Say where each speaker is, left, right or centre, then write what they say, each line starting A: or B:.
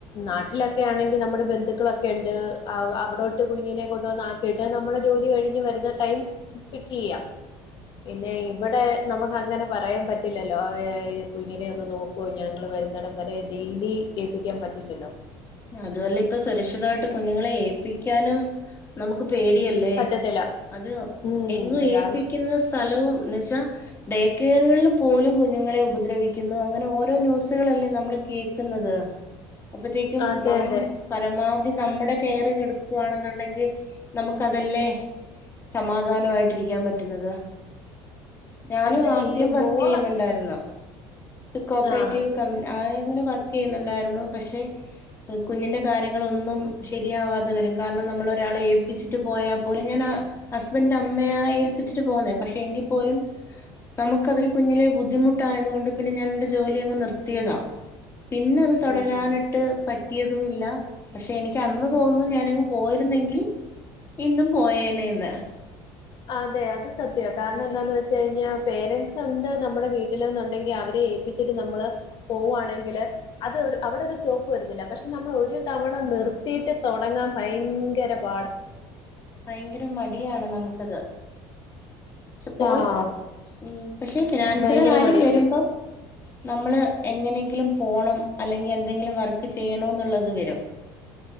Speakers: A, on the left (about 50°); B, on the left (about 25°).
A: നാട്ടിലൊക്കെ ആണെങ്കിൽ നമ്മുടെ ബന്ധുക്കളൊക്കെ ഉണ്ട് അവ അവിടോട്ട് കുഞ്ഞിനെ കൊണ്ടുവന്ന് ആ കേട്ടാ നമ്മുടെ ജോലി കഴിഞ്ഞ് വരുന്ന ടൈം പിക്ക് യ്യാം പിന്നെ ഇവിടെ നമുക്കങ്ങനെ പറയാൻ പറ്റില്ലല്ലോഈ കുഞ്ഞിനെ ഒന്ന് നോക്കോ ഞങ്ങൾ വരുന്നിടം വരെ ഡെയിലി എൾപ്പിക്കാൻ പറ്റില്ലല്ലോ
B: അതുവല്ല ഇപ്പൊ സുരക്ഷിതമായിട്ട് കുഞ്ഞുങ്ങളെ ഏൽപ്പിക്കാനും നമുക്ക് പേടിയല്ലേ
A: പറ്റത്തില്ല
B: അത്
A: ഉം
B: എങ്
A: കാരണം
B: ഏപ്പിക്കുന്ന സ്ഥലവും എന്ന് വച്ചാ ഡേക്കറുകളിൽ പോലും കുഞ്ഞുങ്ങളെ ഉപദ്രവിക്കുന്നു അങ്ങനെ ഓരോ ന്യൂസുകളൾല്ലേ നമ്മൾ കേൾക്കുന്നത് അപ്പത്തേക്കും
A: അതെ
B: നമ്മ
A: അതെ
B: പരമാവധി നമ്മുടെ കെയറ് കെടുക്കുകവാണെന്നുണ്ടെങ്കിൽ നമുക്ക് അതല്ലേ സമാധാനമായിട്ടിരിക്കാൻ പറ്റുന്നത് ഞാനും
A: അത്
B: ആദ്യം
A: ഈ
B: വർക്ക്
A: മോള്
B: ചെയ്യുന്നുണ്ടായിരുന്നോ കോഓപ്പറേറ്റീവ്
A: ആഹ്
B: ക അങ്ങനെ വർക്ക് ചെയ്യുന്നുണ്ടായിരുന്നു പക്ഷെ കുഞ്ഞിന്റെ കാര്യങ്ങ ഒന്നും ശരിയാവാതെ വരും കാരണം നമ്മൾ ഒരാളെ ഏൽപ്പിച്ചിട്ട് പോയാൽ പോലും ഞാൻ ആ ഹസ്ബന്റിന്റെ അമ്മയ ഏൽപ്പിച്ചിട്ട് പോന്നേ പക്ഷെ എങ്കിൽ പോലും നമുക്ക് അതൊരു കുഞ്ഞിന് ബുദ്ധിമുട്ടായത കൊണ്ട് പിന്നെ ഞൻ എന്റെ ജോലി അങ് നിർത്തിയതാ പിന്നെ അത് തുടരാനിട്ട്
A: ഉം ഉം
B: പറ്റ റ്റിയതുമില്ല പക്ഷെ എനിക്ക് അന്ന് തോന്നും ഞാനങ്ങ് പോയിരുന്നെങ്കിൽ ഇന്നും പോയേനെന്ന്
A: അതെ അത് സത്യമാണ് കാരണം എന്താന്ന് വെച്ച കഴിഞ്ഞാൽ പേരന്റ്സ് ഉണ്ട് നമ്മുടെ വീട്ടിലന്നുണ്ടെങ്കിൽ അവരെ ഏപ്പിച്ച ച്ട്ട് നമ്മള് പോകുവാണെങ്കില് അത് അവിടെ ഒരു സ്റ്റോപ്പ് വരത്തില്ല പക്ഷെ നമ്മൾ ഒരു തവണ നിർത്തിയിട്ട് തുടങ്ങാൻ ഭയങ്കര പാടാ
B: ഭയങ്കര മടിയാണ് നമുക്കത് പക്ഷെ പോയി
A: ആഹ്
B: ഉം പക്ഷെ ഫിനാൻസിന്
A: ഭയങ്കര
B: കാര്യം
A: മടിയാ
B: വരുമ്പോ നമ്മള് എങ്ങനെങ്കിലും പോണം അല്ലെങ്കിൽ എന്തെങ്കിലും വർക്ക് ചെയ്യണോ എന്നുള്ളത് വരും